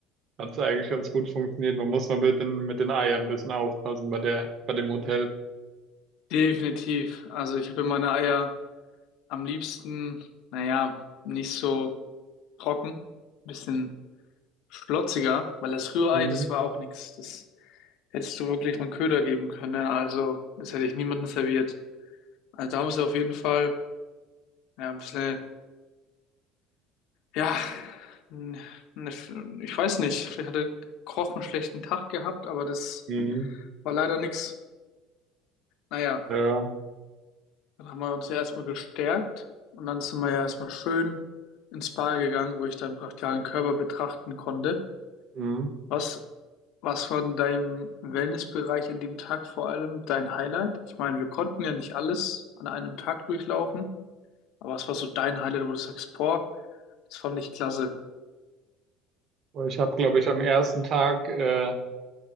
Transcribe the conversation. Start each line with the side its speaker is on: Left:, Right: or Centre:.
Right: hat es eigentlich ganz gut funktioniert. Man muss nur mit den, mit den Eiern ein bisschen aufpassen bei der, bei dem Hotel.
Left: definitiv. Also ich habe meine Eier am liebsten, naja, nicht so trocken, bisschen schlotziger, weil das Rührei,
Right: Mhm.
Left: das war auch nichts. Das hättest du wirklich mit Köder geben können. ne? Also das hätte ich niemandem serviert. Also da musst du auf jeden Fall ja, ein bisschen, ja, n- ne, ich weiß nicht, vielleicht hat der Koch einen schlechten Tag gehabt, aber das
Right: Mhm.
Left: war leider nichts. Naja.
Right: Ja.
Left: Dann haben wir uns ja erstmal gestärkt und dann sind wir ja erstmal schön ins Spa gegangen, wo ich deinen brachialen Körper betrachten konnte.
Right: Mhm.
Left: Was, was von deinem Wellnessbereich an dem Tag vor allem dein Highlight? Ich meine, wir konnten ja nicht alles an einem Tag durchlaufen, aber was war so dein Highlight, wo du sagst, boah, das fand ich klasse.
Right: Ich habe, glaube ich, am ersten Tag äh,